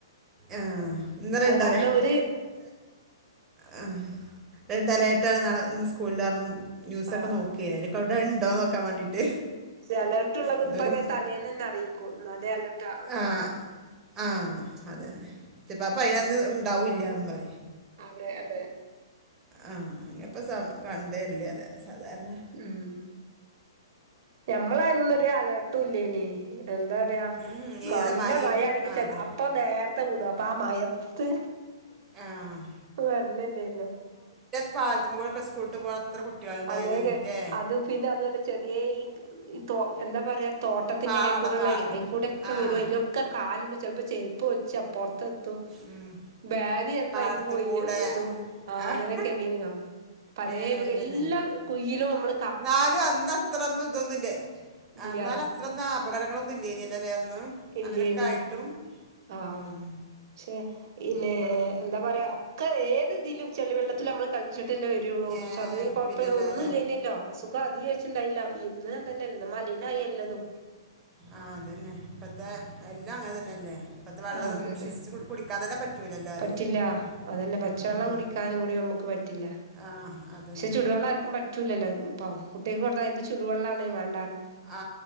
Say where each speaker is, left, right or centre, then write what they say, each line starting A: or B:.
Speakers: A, on the right; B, on the right.
A: ആ ഇന്ന് റെഡ്
B: കാരണം ഒരു
A: ആ റെഡ് അലേർട്ടാണ് നാളെ സ്കൂൾ ഇല്ല ന്യൂസൊക്കെ
B: ആഹ്
A: നോക്കിയേരിക്കും അവിടെ ഉണ്ടോന്ന്ക്കാൻ വേണ്ടിയിട്ട്
B: അലേർട്ട്ള്ളത്
A: എന്തോരം
B: ഇപ്പ അങ്ങനെ തലേന്ന് തന്നെ അറിയിക്കൂ എന്നാല അലർട്ടാ
A: ആ ആ അത തന്നെ ചപ്പോൾ അപ്പൾ അതിനന്ന് ഉണ്ടാവില്ല പറയും
B: അതെ അതെ
A: ആഹ അപ്പൊ കണ്ടരില്ലേ സാധാരണ
B: ഉം ഞമ്മളയൊന്നൊ ഒരു അലട്ടല്ലേന എന്താ പറയാ
A: ഉം
B: നല്ല
A: ഏത മഴയും
B: മഴയാണെങ്കിൽ
A: ആ
B: ചിലപ്പോ
A: അതെ
B: പ്പൊ നേരത്തെ വിടും അപ്പൊ ആ മയത്ത്
A: ആഹ്
B: വരലല്ലേ ഇന
A: പാലത്തുമ ക്കൂടോക്കെ സ്കൂളട്ട് പോണ എത്ര കുട്ടികൾണ്ടായിന്ല്ലേ
B: അങ്ങനെയൊക്കെ അത് പിന്നെ അതുപോലെ ചെറിയ ഈ എന്താ പറയാ തോട്ട തോട്ടത്തിന്റെ
A: പാടം
B: ഇടയിൽ കൂടെള്ള
A: പാട
B: അയിക്കൂടെയൊക്കെ
A: ആഹ്
B: വരും അതിലൊക്കെ കാലുണ്ട് ചിലപ്പോ ചെരുപ്പ ഒലിച്ച് അപ്പുറത്തെ എത്തും
A: ഉം
B: ബാഗ് ചിലപ്പോക്ക്
A: പാടത്ത്
B: കൊയി
A: കൂടെ
B: ഇട ആ
A: ആഹ്
B: അങ്ങനെയൊക്കെ അല്ലേനോ പല
A: ഏഹ് അതന്നെ
B: എല്ലാ കുഴിയിലും നമ്മൾ
A: എന്നാലും അന്ന് അത്രന്ന ഇതൊന്നില്ലേ
B: ഇല്ല
A: എന്നാല അത്രൊന്നും അപകടങ്ങളൊന്നുംല്ല ഇനല്ല അല്ലേ അന്ന്
B: എല്ലയണ്
A: അങ്ങനൊക്കെ ആയിട്ടും
B: ആഹ
A: ഉം
B: പക്ഷേ പിന്നെ
A: ഇപ്പള്
B: എന്താ പറയാ ഒക്കെ ഏതെതിലും ചെളിവെള്ളത്തിൽ നമ്മള് കളിച്ചിട്ടല്ലേ വരും രുള്ളൂ പക്ഷെ
A: ഏഹ്
B: അത് കുഴപ്പം
A: പിന്നല്ലാതെ
B: ഒന്നും ഇനല്ലോ അസുഖ അധിക വെ ഉണ്ടായില്ല ഇന്ന് എന്തല്ലല്ല മലിന ആയില്ലതോ
A: ആഹ അതന്നെ ഇപ്പത്തെ എല്ലാം അങ്ങനെ തന്നെയല്ലേ ഇപ്പഴത്തെ വെള്ളം
B: ആഹ്
A: നമുക്ക്
B: അതെ അതെ
A: വിശ്വസിച്ച് കുടിക്കാൻ തന്നെ പറ്റൂലല്ലോ അറിയേ
B: പറ്റില്ല അതന്നെ
A: ഉം ഉം
B: <unintelligible> കൂടി നമുക്ക് പറ്റില്ല
A: ആഹ് അതന്നെ
B: പക്ഷെ ചൂടുവെള്ള ആർക്കും പറ്റില്ലല്ലോ ഇപ്പോൾ കുട്ടികൾക്ക് കൊടുത്താ ഇത് ചൂടു വെള്ളമാണ് വേണ്ടാ പറയും
A: ആ